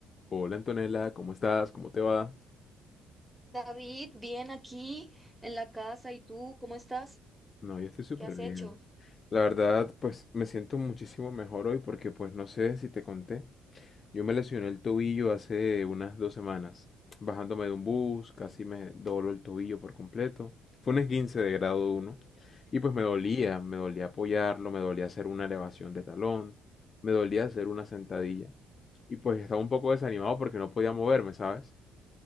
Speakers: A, on the left (about 45°); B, in the centre.
A: Hola Antonella, ¿cómo estás? ¿Cómo te va?
B: David, bien aquí en la casa. ¿Y tú cómo estás?
A: No, yo estoy súper
B: ¿Qué has
A: bien.
B: hecho?
A: La verdad, pues me siento muchísimo mejor hoy porque pues no sé si te conté. Yo me lesioné el tobillo hace unas dos semanas. Bajándome de un bus, casi me dobló el tobillo por completo. Fue un esguince de grado uno y pues me dolía,
B: Uy,
A: me dolía apoyarlo, me dolía hacer una elevación de talón, me dolía hacer una sentadilla. Y pues estaba un poco desanimado porque no podía moverme, ¿sabes?